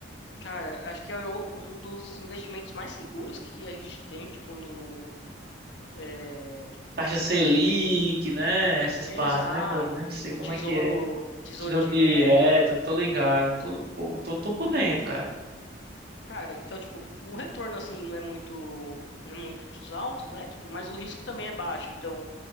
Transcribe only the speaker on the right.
Taxa Selic,
né? Essas
partes, né? Que tá dizendo,
sei como
é que é.
Tesouro
direto, tô ligado. Tô, pô, tô, tô por dentro, cara.